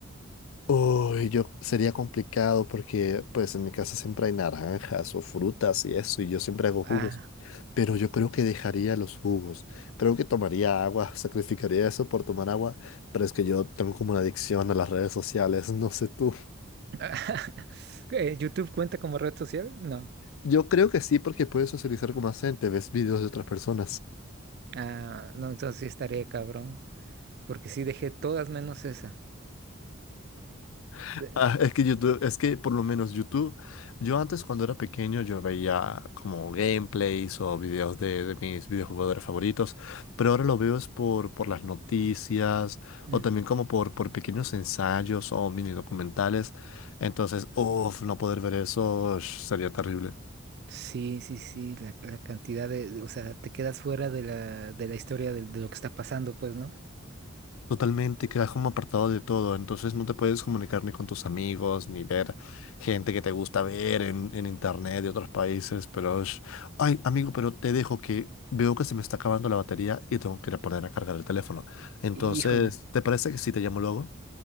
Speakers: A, on the left (about 80°); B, on the right (about 50°).
A: Uy, yo sería complicado porque pues en mi casa siempre hay naranjas o frutas y eso, y yo siempre hago
B: ah.
A: jugos, pero yo creo que dejaría los jugos. Creo que tomaría agua, <laughs> sacrificaría eso por tomar agua, pero es que yo tengo como una adicción a las redes sociales, no sé tú.
B: <laughs> Eh, ¿YouTube cuenta como red social? No.
A: Yo creo que sí porque puedes socializar con más gente, ves videos de otras personas.
B: Ah, no, entonces sí estaría cabrón. Porque sí dejé todas menos esa.
A: <laughs>
B: De-
A: Ah,
B: ah,
A: es que YouTube, es que por lo menos YouTube, yo antes cuando era pequeño yo veía como gameplays o videos de, de mis videojugadores favoritos, pero ahora lo veo es por, por las noticias
B: Mm.
A: o también como por, por pequeños ensayos o mini documentales. Entonces, uff, no poder ver eso ush, sería terrible.
B: Sí, sí, sí. La, la cantidad de. O sea, te quedas fuera de la, de la historia de, de lo que está pasando, pues, ¿no?
A: Totalmente, quedas como apartado de todo, entonces no te puedes comunicar ni con tus amigos, ni ver gente que te gusta ver en, en internet de otros países, pero... es- Ay, amigo, pero te dejo que veo que se me está acabando la batería y tengo que ir a poner a cargar el teléfono. Entonces,
B: Híjole.
A: ¿te parece que sí te llamo luego?